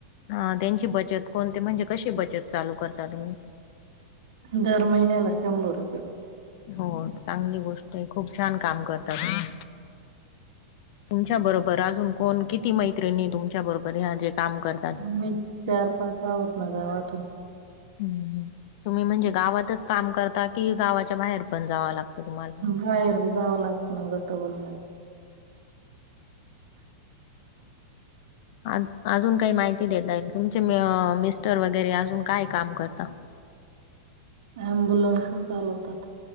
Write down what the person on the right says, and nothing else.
दर महिन्याला शंभर रुपये.
मी चार पाच आहोत ना गावातून.
बाहेर बी जावं लागतं ना गट बनवायला.
अम्बुलन्स पण चालवतात.